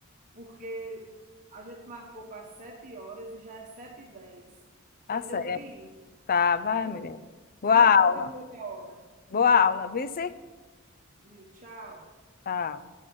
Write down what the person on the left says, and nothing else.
Tá
certo,
tá, vai,
mulher. Boa
aula,
boa aula, vice?
Tchau.